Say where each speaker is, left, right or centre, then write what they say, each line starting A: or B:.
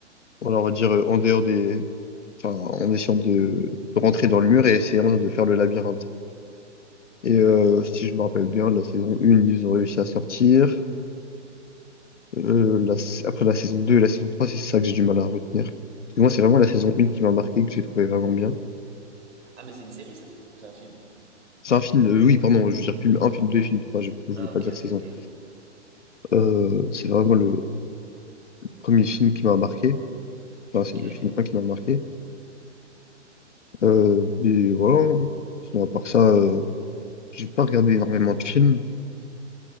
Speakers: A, on the left; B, on the right.
A: voilà, on va dire, euh, en dehors des. Enfin, en essayant de, de rentrer dans le mur et essayant de faire le labyrinthe. Et
B: d'accord.
A: euh, si je me rappelle bien, la saison 1, ils ont réussi à sortir. Euh, la s- après la saison 2 et la saison trois c'est ça que j'ai du mal à retenir. Parce que moi, c'est vraiment la saison 1 qui m'a marqué, que j'ai trouvé vraiment bien.
B: Ah, mais c'est une série, ça? Ou c'est un film?
A: C'est un film, euh, oui, pardon, je veux dire film un film deux film trois je ne
B: Ah,
A: voulais pas
B: ok,
A: dire saison.
B: ok, ok.
A: Euh, c'est vraiment le premier film qui m'a marqué. Enfin,
B: Ok.
A: c'est le film un qui m'a marqué. Euh, mais voilà. Sinon, à part ça, euh, j'ai pas regardé énormément de films.